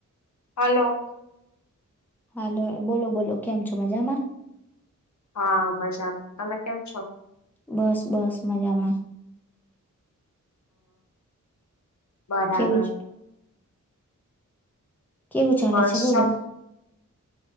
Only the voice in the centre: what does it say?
હાલ બોલો બોલો કેમ છો મજામાં.
બસ બસ મજામાં.
કેવું ચ- કેવું ચાલે
છે બોલો?